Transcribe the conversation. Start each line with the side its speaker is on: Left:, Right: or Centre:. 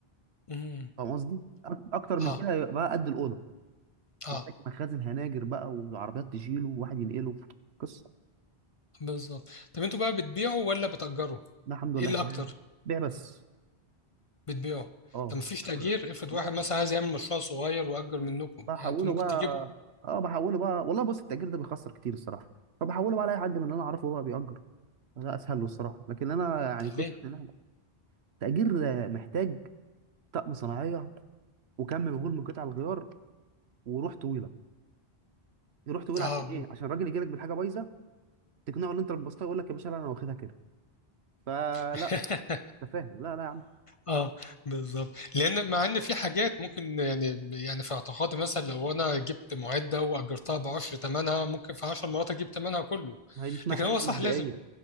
Left: مم.
Right: فاهم قصدي أك- اكتر من
Left: اه
Right: كده يبقى بقى قد الاوضه
Left: اه
Right: محتاج مخازن هناجر بقى والعربيات تشيله وواحد ينقله قصه
Left: بالظبط طب انتوا بقى بتبيعوا ولا بتأجروا
Right: ده الحمد
Left: ايه
Right: لله
Left: اللي
Right: احنا
Left: اكتر
Right: بنبيع بيع بس
Left: بتبيعوا
Right: اه
Left: طب مفيش تأجير افرض
Right: لا
Left: واحد مثلا
Right: لا،
Left: عايز يعمل مشروع صغير وأجر منكم
Right: بحوله
Left: يعني انتوا ممكن
Right: بقى
Left: تجيبوا
Right: اه بحوله بقى والله بص التأجير ده بيخسر كتير الصراحه فبحوله بقى لاي حد من اللي انا اعرفه بقى بيأجر ده اسهل له الصراحه لكن انا يعني قصه
Left: ليه
Right: إن أنا- تأجير محتاج طقم صناعيه وكم مهول من قطع الغيار وروح طويله روح طويله
Left: اه
Right: عشان ايه عشان الراجل يجي لك بالحاجه بايظه تقنعه ان انت لبستها يقول لك يا باشا لا انا واخدها كده فلا
Left: <laughs>
Right: انت فاهم لا لا يا عم
Left: اه بالظبط لان مع ان في حاجات ممكن يعني يعني في اعتقادي مثلا لو انا جبت معده واجرتها ب 10 ثمنها ممكن في 10 مرات اجيب ثمنها كله
Right: ما هي دي اسمها
Left: لكن
Right: حزمه
Left: هو صح
Right: مبدئيه
Left: لازم